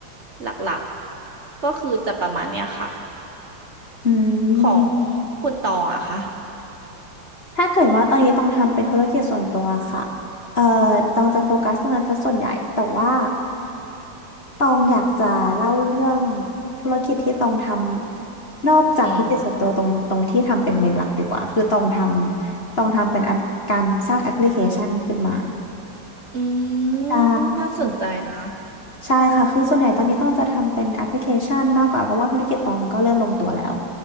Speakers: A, on the right; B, on the left.
A: หลักๆก็คือจะประมาณเนี้ยค่ะ
B: อื
A: ของ
B: ม
A: คุณตองอะค่ะ
B: ถ้าเกิดว่าตอนนี้ต้องทำเป็นธุรกิจส่วนตัวค่ะเอ่อตองจะโฟกัสตรงนั้นซะส่วนใหญ่แต่ว่า ตองอยากจะเล่าเรื่องธุรกิจที่ตองทำนอกจากธุรกิจส่วนตัวตรงตรงที่ทำเป็นเมนหลักดีกว่าคือตองทำตองทำเป็นแอปการสร้างแอปพลิเคชันขึ้นมา
A: อืมอืม
B: ได้
A: น่าสนใจนะ
B: ใช่ค่ะ คือส่วนใหญ่ตอนนี้ต้องจะทำเป็นแอปพลิเคชันมากกว่าเพราะว่าธุรกิจตองมันก็เริ่มลงตัวแล้ว